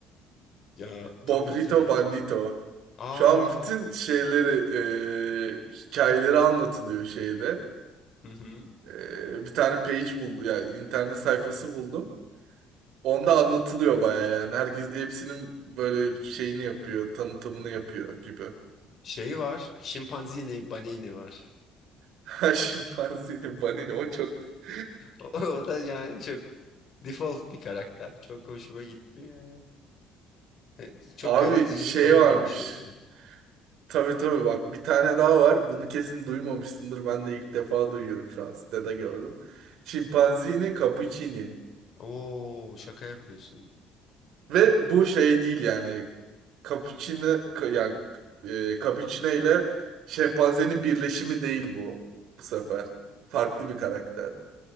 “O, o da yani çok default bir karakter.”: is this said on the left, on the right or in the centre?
Left